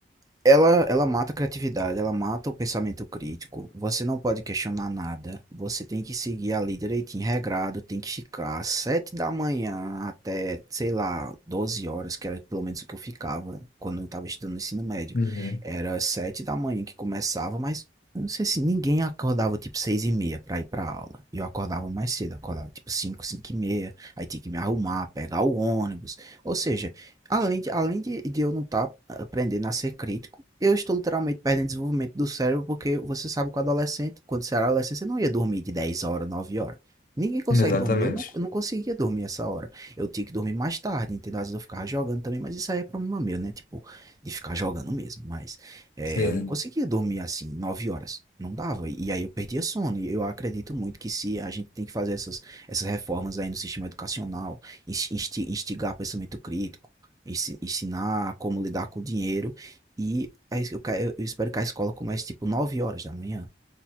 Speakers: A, on the right; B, on the left.
A: Ela, ela mata a criatividade, ela mata o pensamento crítico. Você não pode questionar nada. Você tem que seguir ali direitinho, regrado. Tem que ficar às sete da manhã até, sei lá, 12 horas, que era pelo menos o que eu ficava quando eu estava estudando no ensino médio.
B: Uhum.
A: Era sete da manhã que começava, mas eu não sei se ninguém acordava tipo seis e meia para ir para aula. Eu acordava mais cedo, acordava tipo cinco, cinco e meia. Aí tinha que me arrumar, pegar o ônibus. Ou seja, Além de, além de, de eu não estar aprendendo a ser crítico, eu estou literalmente perdendo desenvolvimento do cérebro, porque você sabe que o adolescente, quando você era adolescente, você não ia dormir de 10 horas, 9 horas. Ninguém consegue
B: Exatamente.
A: dormir, eu não, eu não conseguia dormir essa hora. Eu tinha que dormir mais tarde, entendeu? Às vezes eu ficava jogando também, mas isso aí é problema meu, né? Tipo, de ficar jogando mesmo. Mas é,
B: Sim,
A: eu não conseguia dormir assim, 9 horas. Não dava. E aí eu perdia sono. E eu acredito muito que se a gente tem que fazer essas, essas reformas aí no sistema educacional, insti- insti- instigar pensamento crítico, ensi- ensinar como lidar com o dinheiro. E aí eu, ca- eu espero que a escola comece tipo 9 horas da manhã.